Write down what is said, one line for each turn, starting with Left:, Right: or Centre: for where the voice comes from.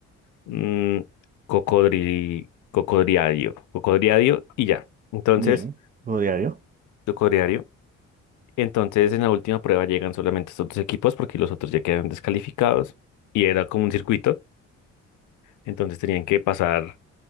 Left: mm, cocodri, cocodriadio. Cocodriadio y ya. Entonces,
Right: Bien, juego diario.
Left: cocodriadio. Entonces, en la última prueba llegan solamente estos dos equipos porque los otros ya quedan descalificados. Y era como un circuito. Entonces, tenían que pasar